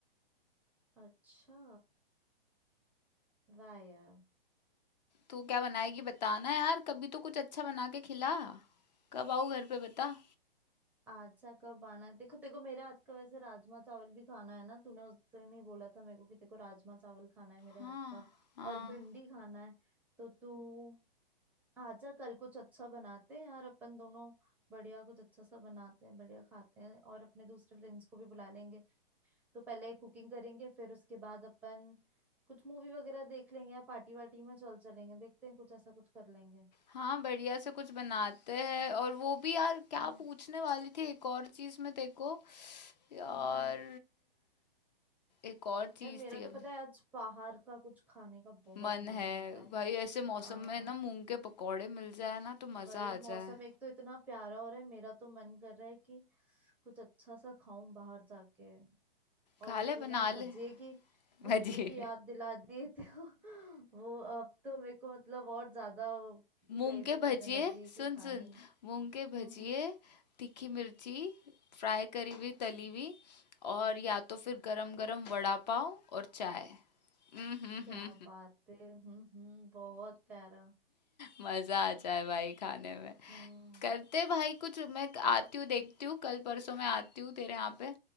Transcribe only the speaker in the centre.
अच्छा वाह यार
आज सा कब आना है देखो देखो मेरे हाथ का वैसे राजमा चावल भी खाना है ना तूने उस दिन ही बोला था मेरे को कि तेको राजमा चावल खाना है मेरे
हाथ का
और भिंडी खाना है तो तू आजा कल कुछ अच्छा बनाते हैं यार अपन दोनों बढ़िया कुछ अच्छा सा बनाते हैं बढ़िया खाते हैं और अपने दूसरे फ्रेंड्स को भी बुला लेंगे तो पहले कुकिंग करेंगे फिर उसके बाद अपन कुछ मूवी वगैरह देख लेंगे या पार्टी वार्टी में चल चलेंगे देखते हैं कुछ ऐसा कुछ कर लेंगे
हम्म
हम्म हम्म
यार मेरा
तो
पता है आज बाहर का कुछ खाने का बहुत
मन
कर रहा है
हाँ
वही
मौसम
एक तो इतना प्यारा हो रहा है मेरा तो मन कर रहा है कि कुछ अच्छा सा खाऊं बाहर जाके और
अब
तूने
भजिए
की भजिए
की याद दिला दी तो <laughs> वो अब तो मेरे को मतलब और ज्यादा
क्रेविंग
होने लगी है कि
खाना
ही
हम्म
हम्म
क्या बात है हम्म हम्म बहुत प्यारा
हम्म